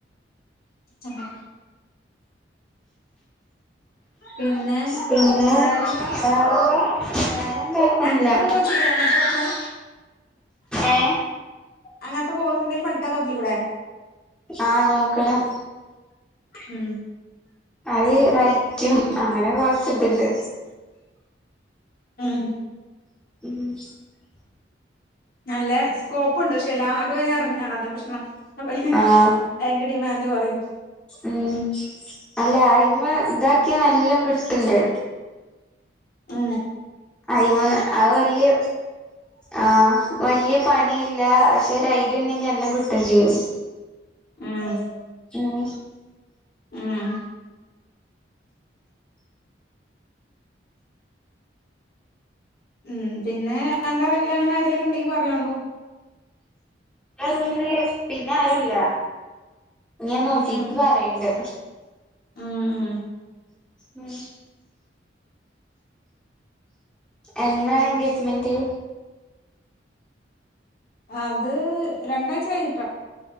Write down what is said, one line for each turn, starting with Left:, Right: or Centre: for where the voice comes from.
Left: ചട്ട പിന്നെ
Centre: പിന്നെ
Left: വേറെന്താ
Centre: വേറെല്ല വേറെന്താ കേക്കുന്നില്ല
Left: അനക്കും നോക്കിക്കൂടെ അങ്ങനത്തെ പഠിച്ചാൻ
Centre: ഏ
Left: അങ്ങനത്തെ കോഴ്സ് എന്തെങ്കിലും പഠിക്കാൻ നോക്കിിക്കൂടെ
Centre: ആഹ നോക്കണം
Left: ഉം
Centre: അത് റൈറ്റും അങ്ങനെ കൊറച്ച ഇതുണ്ട്
Left: ഉം
Centre: ഉം <unintelligible>
Left: നല്ല സ്കോപ്പ്ുണ്ട് പക്ഷെ എല്ലാവരും അെ ഇറങ്ങണം <unintelligible> പ്രശ്നം അപ്പൊ
Centre: ആഹ്
Left: അതിന്റെ ഡിമാൻഡ് കുറയും <unintelligible>
Centre: ഉം അല്ല അയി്മ ഇതാക്കിയ നല്ലോ കിട്ടണ്ട്
Left: ആ
Centre: അയിന്ന് അത് വല്യ ആ വല്യ പണിയില്ല പക്ഷെ ഐഡിയ ഉണ്ടെങ്കി എല്ലാം കിട്ടം ചെയ്യും
Left: ഉം
Centre: ഉ
Left: ആഹ ഉം പിന്നെ എന്റെ അറിവിൽ അങ്ങനെ ആരെലൊക്കെ ഉണ്ടെങ്കി പറയണ്ടോ
Centre: റി പിന്നെ ആരുുല്ല ഞാൻ നോക്കിട്ട്
Left: ഉം
Centre: പറയണ്ട്
Left: ഉം ഉ
Centre: ഉം എന്താണ് എൻഗേജ്മെന്റ്
Left: അത് രണ്ടാഴ്ച കായിട്ടാ